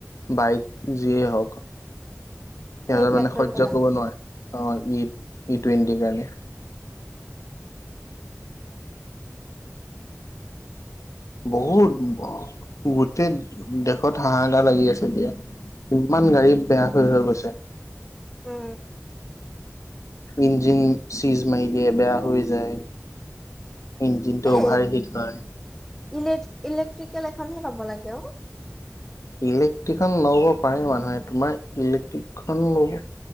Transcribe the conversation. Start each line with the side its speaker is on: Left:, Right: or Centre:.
Left: বাইক যিয়েই হওঁক সিহঁতৰ
Centre: এই পেট্ৰল
Left: মানে সহ্য
Centre: দোকান
Left: কৰিব নোৱাৰে অ'। ই ই টুৱেণ্টিৰ কাৰণে। বহুত গোটেই দেশত হাহাকাৰ লাগি আছে এতিয়া। কিমান গাড়ী বেয়া হৈ হৈ গৈছে।
Centre: উম
Left: ইঞ্জিন চিজ মাৰি দিয়ে বেয়া হৈ যায়। ইঞ্জিনটো
Centre: এ
Left: অভাৰ হিট হয়।
Centre: ইলে ইলেক্ট্ৰিকেল এখনহে ল'ব লাগে অ',
Left: ইলেক্ট্ৰিক খন ল'ব পাৰে মানুহে তোমাৰ ইলেক্ট্ৰিক খন লব